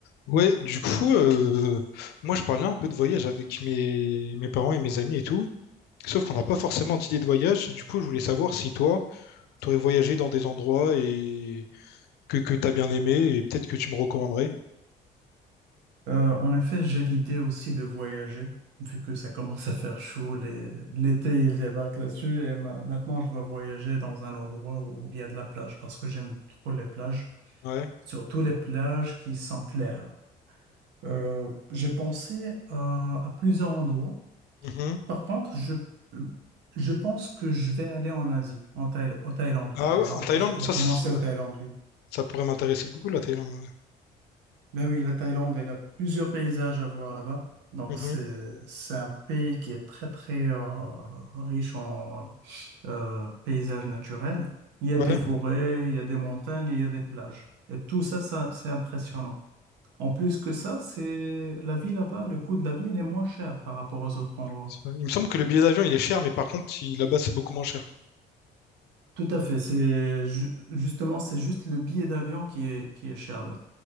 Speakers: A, on the left; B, on the right.
A: Ouais, du coup, euh, moi je parlais un peu de voyage avec mes, mes parents et mes amis et tout. Sauf qu'on n'a pas forcément d'idée de voyage. Et du coup, je voulais savoir si toi, tu aurais voyagé dans des endroits et que, que tu as bien aimé et peut-être que tu me recommanderais.
B: Euh, en effet, j'ai l'idée aussi de voyager, vu que ça commence à faire chaud, les- l'été il débarque là-dessus, et ma- maintenant je dois voyager dans un endroit où il y a de la plage, parce que j'aime trop les plages,
A: Ouais.
B: surtout les plages qui sont claires. Euh, j'ai pensé à, à plusieurs endroits.
A: Mhm.
B: Par contre, je, je pense que je vais aller en Asie, en Thaï- au Thaïlande
A: Ah
B: par exemple,
A: ouais, en Thaïlande,
B: Je- pour
A: ça,
B: commencer
A: c'est- ouais,
B: au Thaïlande, oui.
A: ça pourrait m'intéresser beaucoup, la Thaïlande.
B: Mais oui, la Thaïlande, elle a plusieurs paysages à voir là-bas. Donc,
A: Ouais. Mhm.
B: c'est, c'est un pays qui est très, très euh, riche en euh, paysages naturels. Il y
A: Ouais.
B: a des forêts, il y a des montagnes, il y a des plages. Et tout ça, ça, c'est impressionnant. En plus que ça, c'est la vie là-bas, le coût de la vie, elle est moins chère par rapport aux autres endroits.
A: C'est vrai. Il me semble que le billet d'avion, il est cher, mais par contre, il- là-bas, c'est beaucoup moins cher.
B: Tout à fait. C'est ju- justement, c'est juste le billet d'avion qui est, qui est cher là.